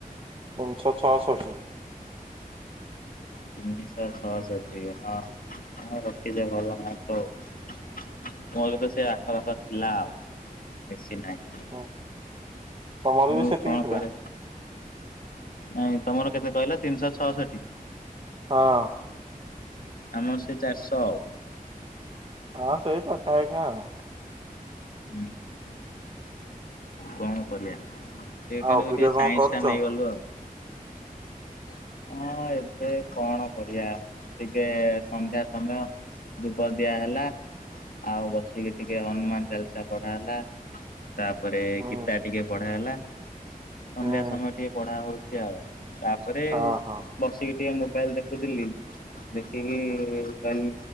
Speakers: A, on the right (about 35°); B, on the left (about 70°).
A: ତିନିଶହ ଛଅଷଠି।
B: ତିନିଶହ ଛଅଷଠି ହଁ ଆ ରଖିଛ ଭଲ ମାର୍କ ଆଉ। ମୋ ବି ତ ସେ ଆଖପାଖ ଥିଲା ଆଉ ବେଶୀ ନାହିଁ।
A: ହୁଁ ତମର
B: ମୁଁ
A: ବି ସେତିକି
B: କଣ
A: ଥିଲା।
B: କରେ ନାଇଁ ତମର କେତେ କହିଲା ତିନିଶହ ଛଅଷଠି।
A: ହଁ।
B: ଆମର ସେ ଚାରିଷ।
A: ହଁ ସେଇ ପଠା ହେଇକା ଆଉ।
B: ହୁଁ କଣ କରିବାଆ ଟ
A: ଆଉ
B: କିନ୍ତୁ
A: ଅବିକା
B: ଟିକେ ସାଇନ୍ସ
A: କଣ କରୁଛ?
B: ଟା ନେଇଗଲୁ ଆଉ। ହଁ ଏବେ କଣ କରିବା ଟିକେ ସନ୍ଧ୍ୟା ସମୟ ଦୁପ ଦିଆହେଲା ଆଉ ବସିକି ଟିକେ ହନୁମାନ ଚାଲିସା ପଢା ହେଲା। ତାପରେ
A: ହୁଁ
B: ଗୀତା ଟିକେ ପଢା ହେଲା ସନ୍ଧ୍ୟା
A: ହୁଁ
B: ସମୟ ଟିକେ ପଢା ହଉଛି ଆଉ ତା ତା ପରେ
A: ହଁ ହଁ
B: ବସିକି ଟିକେ ମୋବାଇଲ ଦେଖୁଥିଲି ଦେଖିକି କହିଲ